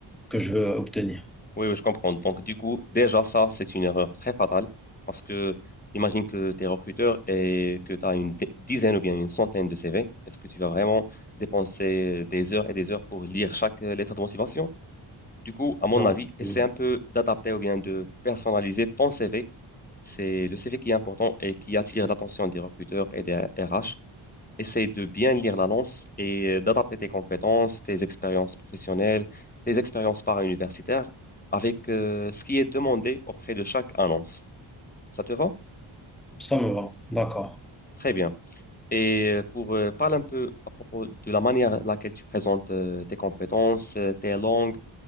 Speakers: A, in the centre; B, on the left.
A: que je veux obtenir.
B: Oui, oui, je comprends. Donc, du coup, déjà, ça, c'est une erreur très fatale parce que imagine que tu es recruteur et que tu as une di- dizaine ou bien une centaine de CV. Est-ce que tu vas vraiment dépenser des heures et des heures pour lire chaque euh, lettre de motivation? Du coup, à mon
A: Non,
B: avis, essaie
A: Mm.
B: un peu d'adapter ou bien de personnaliser ton CV. C'est le CV qui est important et qui attire l'attention des recruteurs et des RH essaye de bien lire l'annonce et euh, d'adapter tes compétences, tes expériences professionnelles, tes expériences para-universitaires avec euh, ce qui est demandé auprès de chaque annonce. Ça te va?
A: ça me va, d'accord.
B: Très bien. Et euh, pour euh, parler un peu à propos de la manière laquelle tu présentes euh, tes compétences, euh, tes langues,